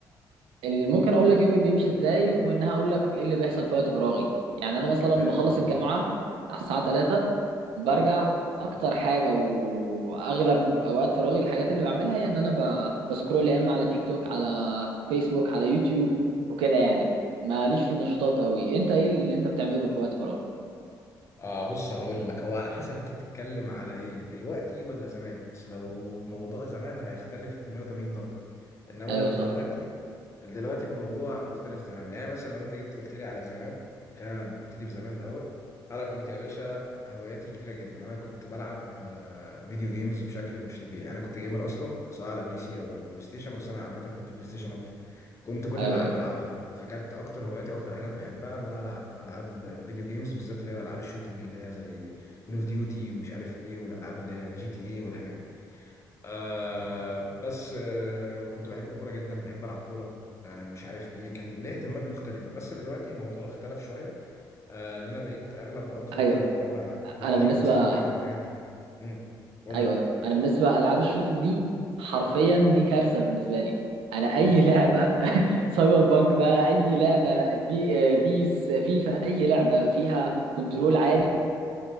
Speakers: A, on the right; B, on the left.
A: ال- ممكن اقول لك يومي بيمشي ازاي ومنها اقول لك ايه اللي بيحصل في وقت فراغي يعني انا مثلا
B: حلو
A: بخلص الجامعه على الساعه 3 برجع اكتر حاجه واغلب اوقات فراغي الحاجات اللي بعملها هي ان انا ب... بسكرول يا اما على تيك توك على فيسبوك على يوتيوب وكده يعني ماليش في النشاطات قوي انت ايه اللي انت بتعمله في وقت فراغ
B: آه بص هقول لك هو على حسب انت بتتكلم على ايه دلوقتي ولا زمان اصل لو موضوع زمان هيختلف 180 درجة انما
A: ايوه
B: لو
A: صح
B: دلوقتي دلوقتي الموضوع مختلف تماما يعني مثلا لو انت جيت قلت لي على زمان خلينا نبتدي بزمان الاول انا كنت يا باشا هواياتي كتيرة جدا انا كنت بلعب آه، فيديو جيمز بشكل مش طبيعي انا كنت جيمر اصلا سواء على بي سي او بلاي ستيشن بس انا عامة كنت بلاي ستيشن اكتر كنت كل
A: ايوه
B: الالعاب
A: ايوه
B: بلعبها فكانت اكتر هواياتي واكتر حاجات بحبها ان انا العب العاب فيديو جيمز بالذات اللي هي الالعاب الشوتنج اللي هي زي كول اوف ديوتي ومش عارف ايه والالعاب اللي هي جي تي ايه والحاجات دي آه بس آه كنت بحب الكوره جدا بحب العب كوره آه مش عارف ايه كان ليا اهتمامات مختلفه بس دلوقتي الموضوع اختلف شويه آه ان انا بقيت اغلب اوقات فراغي
A: ايوه
B: من الموضوع بقى, بقى
A: انا
B: قليل
A: بالنسبه
B: بسبب الجامعه والحاجات دي امم قول
A: ايوه
B: لي
A: ايوه انا بالنسبه العاب الشوتينج دي حرفيا دي كارثه بالنسبه لي انا اي
B: مم.
A: لعبه <laughs> سايبر بانك بقى اي لعبه بي آه، بيس فيفا اي لعبه فيها كنترول عالي